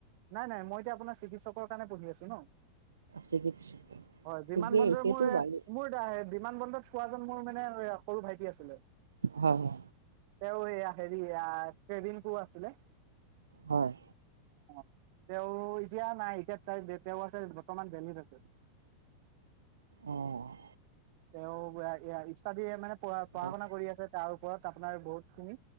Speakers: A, on the right; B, on the right.
A: নাই নাই মই এতিয়া আপোন চিকিৎসকৰ কাৰণে পঢ়ি আছোঁ ন'।
B: চিকিৎসা
A: হয় বিমান
B: ঠিকেই
A: বন্দৰ
B: সেইটো
A: মোৰে
B: ভালেই
A: মোৰ <unintelligible> বিমান বন্দৰত পোৱা জন মোৰ মানে এ সৰু ভাইটি আছিলে।
B: হয় হয়।
A: তেওঁ এয়া হেৰি এইয়া ক্ৰেদিংকো আছিলে।
B: হয়।
A: অ', তেওঁ এতিয়া নাই এতিয়াত চাই <unintelligible> তেওঁ আছে বৰ্তমান দেলহিত আছে।
B: অঁ অহ।
A: তেওঁ <inaudible> ইয়া, ইষ্টাডি এ, মানে পঢ়া পঢ়া
B: হয়
A: শুনা কৰি আছে তাৰ ওপৰত আপোনাৰ বহুতখিনি।